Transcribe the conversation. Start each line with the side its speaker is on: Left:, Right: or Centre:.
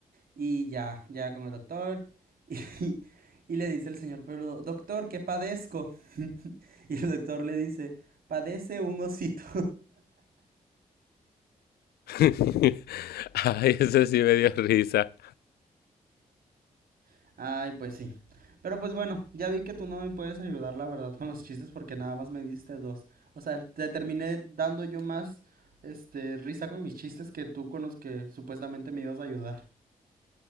Right: y ya, ya con el doctor. <laughs> Y, y le dice el señor Peludo, doctor, ¿qué padezco? Y el doctor le dice, padece un osito.
Left: <laughs> Ay, ese sí me dio risa.
Right: <laughs> Ay, pues sí. Pero pues bueno, ya vi que tú no me puedes ayudar, la verdad, con los chistes porque nada más me diste dos. O sea, te terminé dando yo más, este, risa con mis chistes que tú con los que supuestamente me ibas a ayudar.